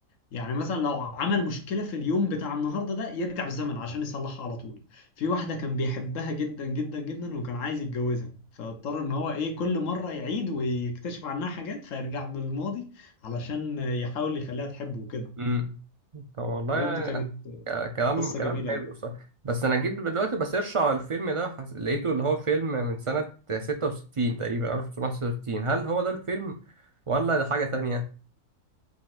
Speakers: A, on the left; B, on the right.
A: يعني مثلا لو عمل مشكلة في اليوم بتاع النهاردة ده يرجع بالزمن عشان يصلحها على طول في واحدة كان بيحبها جدا جدا جدا وكان عايز يتجوزها فاضطر ان هو ايه كل مرة يعيد ويكتشف عنها حاجات فيرجع بالماضي علشان يحاول يخليها تحبه وكده
B: امم طب والله
A: بجد
B: يعني
A: كانت
B: ك- كلام
A: قصة
B: كلام
A: جميلة
B: حلو
A: أوي.
B: صح بس انا جيت دلوقتي بسيرش على الفيلم ده حس- لقيته اللي هو فيلم من سنة 66 تقريبا 1966 هل هو ده الفيلم ولا ده حاجة تانية